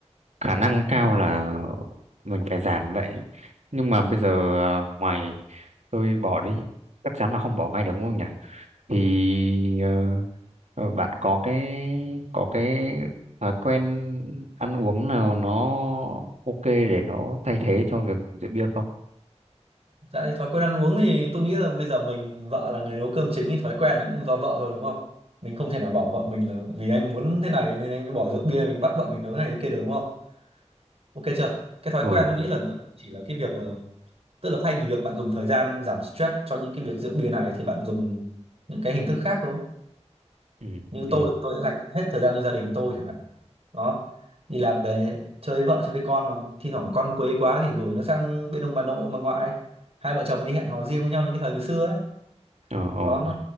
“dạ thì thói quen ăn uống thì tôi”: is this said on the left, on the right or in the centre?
Right